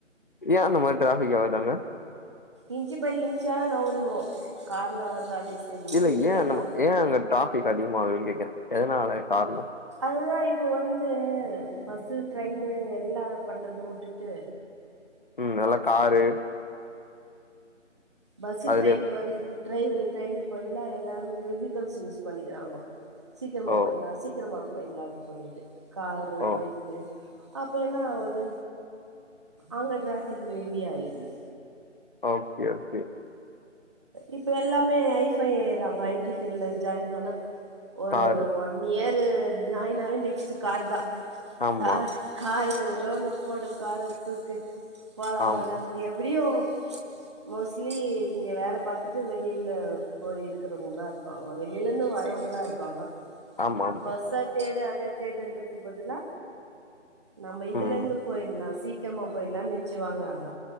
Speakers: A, on the left; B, on the right.
A: ஏ அந்த மாரி டிராஃபிக் ஆகுது அங்க
B: இன்ச் பை இன்ச்சா நவுரணு கார்ல வந்தாலே சரி
A: இல்ல
B: வெஹிக்கள்ல
A: ஏன் நம்ம ஏன் அங்க டிராபிக் அதிகமாகுதுன்னு கேக்கறே எதனால காரணோ
B: அதுதா இப்ப வந்து பஸ் ட்ரெயின்னு எல்லா பண்றத உட்டுட்டு
A: ம் நல்ல காரு
B: பஸ்
A: அதுலயே
B: ட்ரெயின் பதிலு ட்ரை ட்ரெயினக்கு பதிலாக எல்லாமே வி விகல்ஸ் யூஸ் பண்ணிக்கிறாங்கோ சீக்கிரமா
A: ஓ
B: போயிரலாம் சீக்கிரமா இப்ப எல்லாரு சொல்லிட்டு காரு
A: ஓ
B: பைக்கு அப்ப என்ன ஆவுது அங்க டிராபிக் ஹெவியா ஆயிருது
A: ஓகே ஓகே
B: இப்ப எல்லாமே ஐபை ஆயிறாங்க ஐ டி ஃபில்டுல ஜாயின் ஆனா ஒரு
A: காரு
B: ஒன் இயர் து ஜாயின்னாலே நெக்ஸ்ட் கார் தான்
A: ஆமா
B: கார் காரு லோன போடு கார தூக்கு போலா
A: ஆமா
B: வாட எப்டியோ மோஸ்ட்லி இங்க வேலை பாத்துட்டு வெளில போய் இருக்கிறவங்க தான் இருப்பாங்க வெளிலேருந்து வரவங்க தான் இருப்பாங்க
A: ஆமா ஆமா ம்
B: பஸ்ஸ தேடு அத தேடுன்றதுக்கு பதிலா நம்ம இதுலருந்து
A: ம்
B: போயிடலாம் சீக் சீக்கிரமா போயிரலாம் நினச்சு வாங்குறாங்க